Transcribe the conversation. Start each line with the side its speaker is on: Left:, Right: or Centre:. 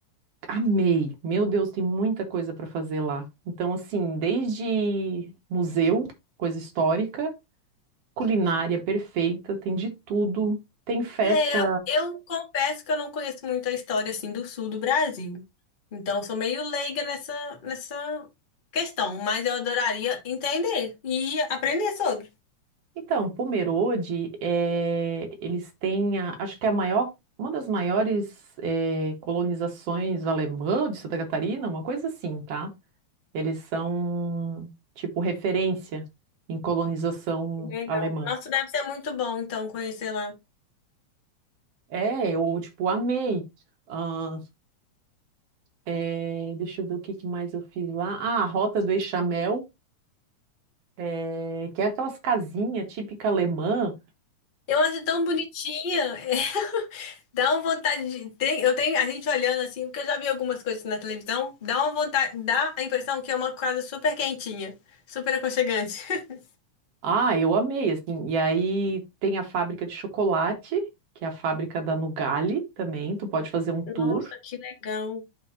Right: Amei, meu Deus, tem muita coisa para fazer lá. Então, assim, desde museu, coisa histórica, culinária perfeita, tem de tudo. Tem festa
Left: É, eu, eu confesso que eu não conheço muito a história, assim, do sul do Brasil. Então, eu sou meio leiga nessa, nessa questão, mas eu adoraria entender e aprender sobre.
Right: Então, Pomerode, eh, eles têm, a- acho que é a maior, uma das maiores eh, colonizações alemã de Santa Catarina, uma coisa assim, tá? Eles são, tipo, referência em colonização
Left: Legal.
Right: alemã.
Left: Nossa, deve ser muito bom, então, conhecer lá.
Right: É, eu, tipo, amei. Ah, eh, deixa eu ver o que que mais eu fiz lá. Ah, a Rota do Eixamel, eh, que é aquelas casinhas típica alemã,
Left: Eu acho tão bonitinha. <laughs> Dá uma vontade de. tem- eu tenho a gente olhando assim, porque eu já vi algumas coisas na televisão, dá uma vontade, dá a impressão que é uma casa super quentinha, super aconchegante. <laughs>
Right: Ah, eu amei, assim. E aí tem a fábrica de chocolate, que é a fábrica da Nugali também. Tu pode fazer um tour.
Left: Nossa, que legal.